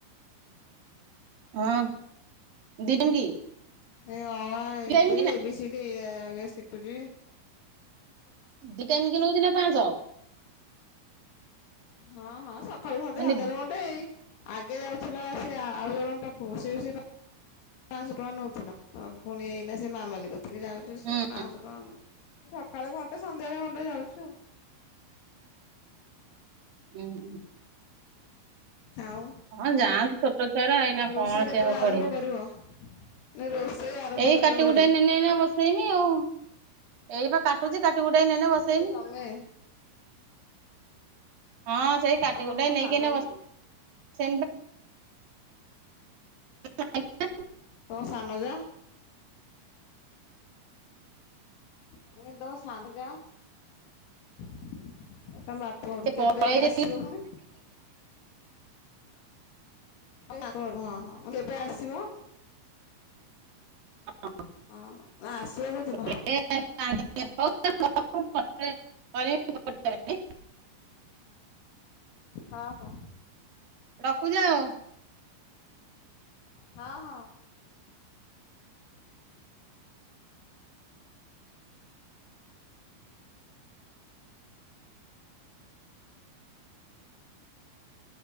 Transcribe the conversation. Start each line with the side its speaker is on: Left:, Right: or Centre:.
Right: ହଁ, ଦି ଟାଇମ୍ କି?
Left: ଏଇ ଅ ଆ
Right: ଦି
Left: ଏବେ
Right: ଟାଇମ କି ନା
Left: ଏ ବି ସି ଡି ଶିଖୁଛି।
Right: ଦି ଟାଇମ୍ ଦିନକୁ ଦିନେ ପାଁଶହ।
Left: ହଁ-ହଁ ସକାଳୁ ଘଣ୍ଟେ
Right: ମାନେ
Left: ସନ୍ଧ୍ୟାବେଳୁ ଘଣ୍ଟେ ଏଇ ଆଗେ ଯାଉଥିଲା ସେ ଆଉ ଜଣଙ୍କ ପାଖକୁ ସେ-ସେ ପାଁଶହ ଟଙ୍କା ନେଉଥିଲା ପୁଣି ଏଇନା ସେ ମାମାଲି କତିକି ଯାଉଛି ସେ
Right: ହୁଁ।
Left: ପାଁଶହ ଟଙ୍କା ନଉ ସକାଳେ ଘଣ୍ଟେ ସନ୍ଧ୍ୟାବେଳେ ଘଣ୍ଟେ ଯାଉଛୁ।
Right: ଉଁ ହୁଁ।
Left: ଆଉ
Right: ହଁ ଯାଆନ୍ତୁ ଛୋଟ ଛୁଆର ଏଇନା
Left: ରୋଷେଇ
Right: କଣ
Left: କେତେବେଳେ
Right: ସେଆକୁ
Left: ଆରମ୍ଭ
Right: ପଢିବେ।
Left: କରିବ? ନା ରୋଷେଇ ଆରମ୍ଭ
Right: ଏଇ
Left: କେତେବେଳେ
Right: କାଟି
Left: କରିବ?
Right: କୁ <unintelligible> ବସେଇନି ଆଉ। ଏଇ ବା କାଟୁଛି କାଟିକୁଟେଇ ନେଇନି ବସେଇନି।
Left: କିଏ ତମେ
Right: ହଁ ସେଇ କାଟିକୁୁଟେଇ
Left: ଆଉ ତମ
Right: ନେଇକି
Left: ସାନ ବୋଉ?
Right: ବସ ସେ <unintelligible>
Left: ତୋ ସାନ ଯା? ମୁଁ କହିଲି ତମ ସାନ ଯା? ତମ ବାପଘରୁ
Right: ସେ ପଳେଇଛି
Left: କେବେ ଆସିବ
Right: କି
Left: ପୁଣି? ହଁ-ହଁ କେବେ ଆସିବ?
Right: ହ
Left: ହଁ ନା ଆସିବ କୋଉଦିନ?
Right: <unintelligible> <unintelligible>
Left: ହଁ ହଁ
Right: ରଖୁଛି ଆଉ।
Left: ହଁ-ହଁ।
Right: ଆ